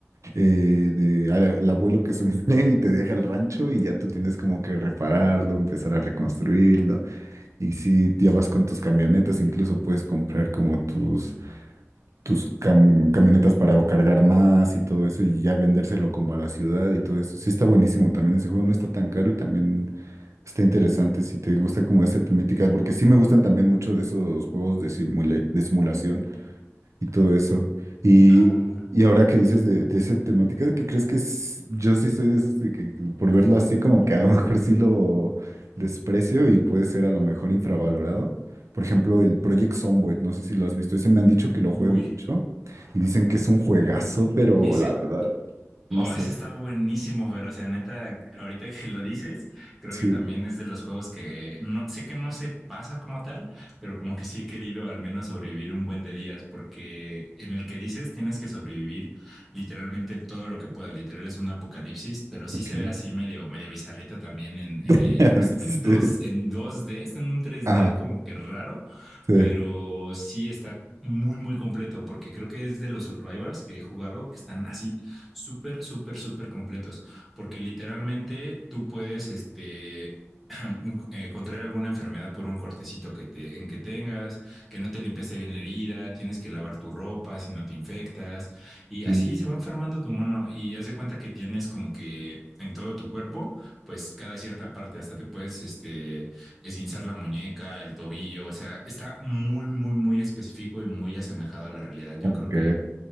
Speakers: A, on the right (about 85°); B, in the centre.
A: eh, de al, al abuelo que se <laughs> muere y te deja el rancho y ya tú tienes como que repararlo, empezar a reconstruirlo. Y si ya vas con tus camionetas, incluso puedes comprar como tus, tus cam- camionetas para cargar más y todo eso y ya vendérselo como a la ciudad y todo eso. Sí está buenísimo también ese juego, no está tan caro y también está interesante si te gusta como esa temática, porque sí me gustan también mucho de esos juegos de simule- de simulación y todo eso. Y,
B: Ah,
A: y ahora que dices de, de esa temática, ¿qué crees que es? Yo sí soy de esos de que por verlo así como que a lo <laughs> mejor sí lo desprecio y puede ser a lo mejor infravalorado. Por ejemplo, el Project Zomboid, no sé si lo has visto, ese me han dicho que lo
B: uy,
A: juegue mucho y dicen que es un juegazo, pero
B: ese,
A: la verdad, no
B: Oh,
A: sé.
B: ese está buenísimo, pero o sea, neta, ahorita que lo dices, creo
A: Sí,
B: que también es de los juegos que no sé que no se pasa como tal, pero como que sí he querido al menos sobrevivir un buen de días, porque en el que dices tienes que sobrevivir literalmente todo lo que puedas. Literal es un apocalipsis, pero sí
A: ok.
B: se ve así medio, medio bizarrito también en, eh,
A: <laughs>
B: no está
A: Sí.
B: en dos, en dos d está en un tres
A: Ajá,
B: d como que raro,
A: sí.
B: pero sí está muy, muy completo, porque creo que es de los survivals que he jugado que están así súper, súper, súper completos, porque literalmente tú puedes, este, <clears throat> eh, contraer alguna enfermedad por un cortecito que te, en que tengas, que no te limpiaste bien la herida, tienes que lavar tu ropa si no te infectas, y así
A: Uh,
B: se va enfermando tu mono y haz de cuenta que tienes como que en todo tu cuerpo, pues cada cierta parte, hasta te puedes, este, esguinzar la muñeca, el tobillo, o sea, está muy, muy, muy específico y muy asemejado a la realidad. Yo
A: ok.
B: creo que